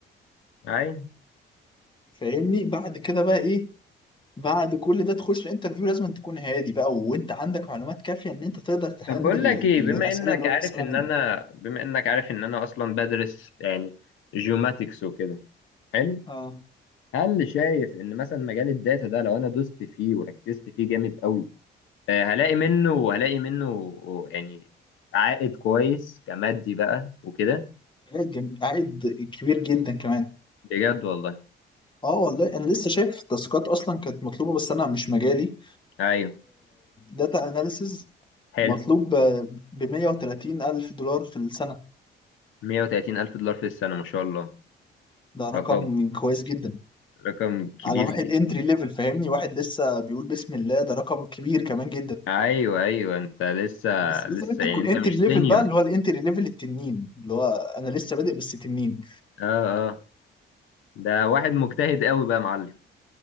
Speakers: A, on the left; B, on the left.
A: اي
B: فاهمني بعد كده بقى ايه بعد كل ده تخش الانترفيو لازم تكون هادي بقى وانت عندك معلومات كافيه ان انت تقدر تهندل
A: طب بقول
B: ال-
A: لك ايه بما
B: الاسئله
A: انك
B: اللي هو
A: عارف
B: بيسالها
A: ان
B: منك
A: انا بما انك عارف ان انا اصلا بدرس يعني جيوماتكس وكده حلو
B: اه
A: هل شايف ان مثلا مجال الداتا ده لو انا دوست فيه وركزت فيه جامد قوي آه، هلاقي منه هلاقي منه يعني عائد كويس كمادي بقى وكده
B: عائد جم... عائد كبير جدا كمان
A: بجد والله
B: اه والله انا لسه شايف تاسكات اصلا كانت مطلوبه بس انا مش مجالي
A: ايوه
B: داتا اناليسز
A: حلو
B: مطلوب ب 130 الف دولار في السنه
A: 130 الف دولار في السنة ما شاء الله
B: ده رقم
A: رقم
B: كويس جدا
A: رقم كبير
B: على واحد
A: جدا
B: انتري ليفل فاهمني واحد لسه بيقول بسم الله ده رقم كبير كمان جدا
A: ايوه ايوه انت لسه
B: بس لازم
A: لسه
B: انت
A: يعني
B: تكون
A: انت
B: انتري
A: مش
B: ليفل
A: سينيور
B: بقى اللي هو الانتري ليفل التنين اللي هو انا لسه بادئ بس تنين
A: اه اه ده واحد مجتهد قوي بقى يا معلم